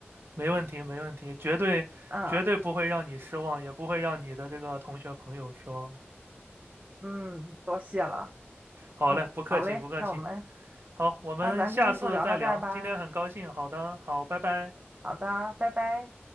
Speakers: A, on the right; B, on the right.
A: 没问题，没问题，绝对绝对不会让你失望，
B: 嗯
A: 也不会让你的这个同学朋友失望的。
B: 嗯，多谢了。
A: 好嘞，
B: 嗯，
A: 不客气，
B: 好嘞，
A: 不客气。
B: 那我们
A: 好，我们下次再聊。
B: 那咱今天就聊到这儿吧。
A: 今天很高兴，好的，好，拜拜。
B: 好的，拜拜。